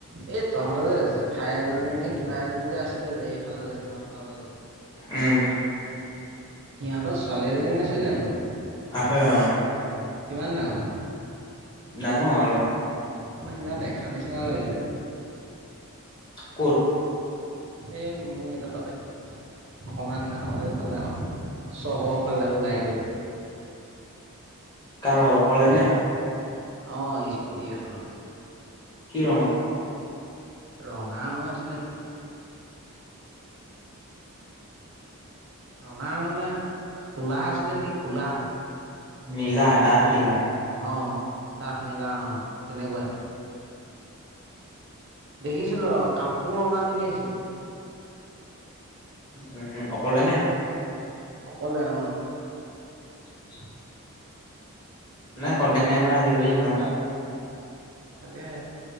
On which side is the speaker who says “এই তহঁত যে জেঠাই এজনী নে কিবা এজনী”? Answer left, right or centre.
Right